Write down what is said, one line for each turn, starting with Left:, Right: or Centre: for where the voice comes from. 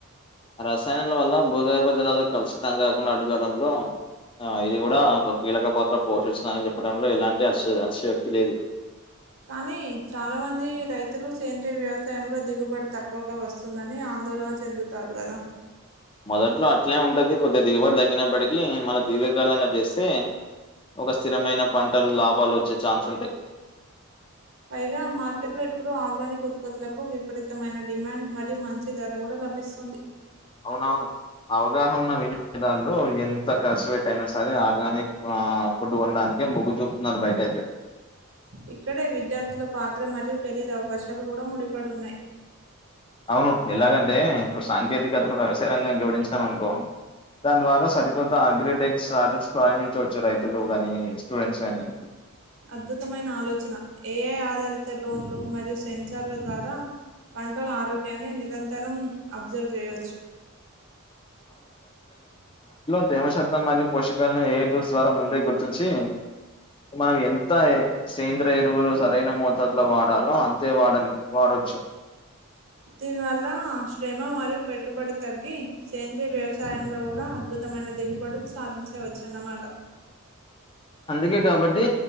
Left: రసాయనాల వల్ల భూగర్భ జలాలు కలుషితం కాకుండా అడ్డుకోవడంలో ఆ ఇది కూడా ఒక కీలక పాత్ర పోషిస్తుందని చెప్పడంలో ఎలాంటి అ అతి అతిశయోక్తి లేదు
Right: కానీ చాలా మంది రైతులు సేంద్రీయ వ్యవసాయంలో దిగుబడి తక్కువగా వస్తుందని ఆ ఆందోళన చెందుతారుగదా
Left: మొదట్లో అట్లే ఉంటది కొద్ది దిగుబడి తగ్గనప్పటికీ మనం దీర్ఘకాలంగా చేస్తే ఒక స్థిరమైన పంటలు లాభాలు వచ్చే ఛాన్స్ ఉంటాయి
Right: పైగా మార్కెట్ లో ఇప్పుడు ఆర్గానిక్ ఉత్పత్తులకు విపరీతమైన డిమాండ్ మరియు మంచి ధర కూడా లభిస్తుంది
Left: అవునవును అవగాహన ఉన్న వినియోదారులు ఎంత ఖర్చు పెట్టయినా సరే ఆర్గానిక్ ఆ ఫుడ్ కొనడానికి కే మొగ్గు జుపుతున్నరు బయట అయితే
Right: ఇక్కడే విద్యార్థుల పాత్ర మరియు కెరీర్ అవకాశాలు కూడా ముడిపడున్నాయి
Left: అవును ఎలాగంటే ఇప్పుడు సాంకేతికతను వ్యవసాయ రంగానికి జోడించినాం అనుకో దాని ద్వారా సరికొత్త అగ్రిటెక్ స్టార్టప్స్ ప్రారంభించవచ్చు రైతులు గాని స్టూడెంట్స్ గాని
Right: అద్భుతమైన ఆలోచన ఏఐ ఆధారిత డ్రోన్లు మరియు సెన్సర్ల ద్వారా పంటలు ఆరోగ్యాన్ని నిరంతరం అబ్జర్వ్ చేయవచ్చు
Left: ప్రేమ చతం మరియు పోషకాలని ఏ ఐ టూల్స్ ద్వారా ముందే గుర్తించి మనం ఎంత సేంద్రియ ఎరువులు సరైన మోతాదులో వాడాల్ నో అంతే వాడలి వాడొచ్చు
Right: దీని వల్ల శ్రమ మరియు పెట్టుబడి తగ్గి సేంద్రీయ వ్యవసాయంలో కూడా అద్భుతం మైన దిగుబడులు సాధించవచ్చు అన్నమాట
Left: అందుకే కాబట్టి